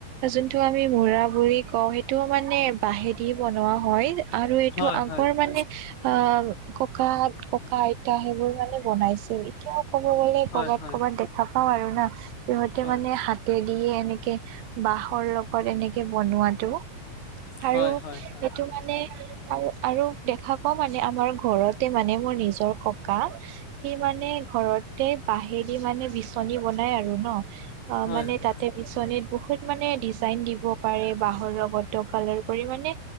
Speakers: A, on the right; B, on the left.
A: যোনটো টো আমি মৰা বুলি কওঁ, সেইটোৱো মানে বাঁহেদি বনোৱা হয়। আৰু এইটো,
B: হয়
A: আগৰ
B: হয় হয়
A: মানে অ' ককা ককা আইতা সেইবোৰ মানে বনাইছিল, এতিয়া ক'ব গ'লে
B: হয়
A: ক'বাত
B: হয়
A: ক'বাত দেখা পাওঁ আৰু না। সিহঁতে
B: হয়
A: মানে হাতে দিয়ে, এনেকে বাঁহৰ লগত এনেকে বনোৱাটো আৰু
B: হয় হয় হয়
A: সেইটো মানে, আৰু আৰু দেখা পাওঁ মানে, আমাৰ ঘৰতে মানে মোৰ নিজৰ ককা, সি মানে ঘৰতে বাঁহেদি মানে বিচনী বনাই আৰু ন' অ',
B: হয়
A: মানে
B: হয়
A: তাতে বিচনীৰ বহুত মানে ডিজাইন দিব পাৰে, বাঁহৰ লগত কালাৰ কৰি মানে,